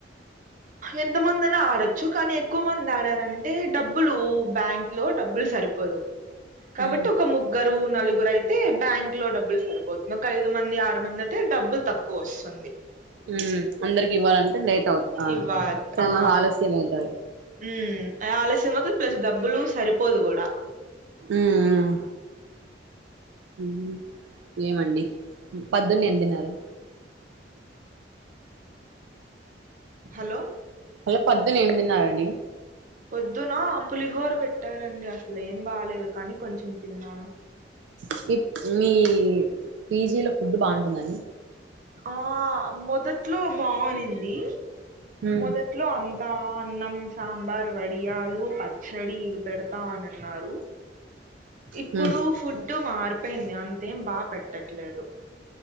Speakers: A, on the right; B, on the right.
A: ఎంతమంది ఐనా ఆడొచ్చు కానీ ఎక్కువ మంది ఆడారంటే డబ్బులు బ్యాంక్ లో డబ్బులు సరి. సరిపోదు కాబట్టి
B: ఉమ్
A: ఒక ముగ్గురు. ఒక నలుగురు అయితే బ్యాంకు లో డబ్బులు సరిపోతుంది ఒక ఐదు మంది ఆరు మంది అయితే డబ్బులు తక్కువ వస్తుంది.
B: ఉమ్ అందరికి ఇవ్వాలంటే లేట్ అవు ఆహ్
A: ఇవ్వాలి
B: చాన
A: ఆ
B: ఆలస్యం అవుతది.
A: ఉమ్ ఆలస్యం అయితది ప్లస్ డబ్బులు సరిపోదు కూడా.
B: ఉమ్. ఉమ్ ఏమండి పొద్దున ఏం తిన్నారు.
A: హలో.
B: పొద్దున ఏం తిన్నారండి.
A: పొద్దున పులిహోర పెట్టారండి అసలు ఏం బాలేదు కానీ కొంచెం తిన్నాను.
B: స్కిప్ మీ పీజీలో ఫుడ్ బాగుంటుందండి.
A: ఆహ్ మొదట్లో బాగునింది.
B: హ్మ్
A: మొదట్లో అంతా అన్నం. సాంబార్ వడియాలు పచ్చడి ఇవి పెడతా అని. అన్నారు ఇప్పుడు
B: హ్మ్
A: ఫుడ్ మరు. పేయింది అంతేం బాగా పెట్టాట్లేదు.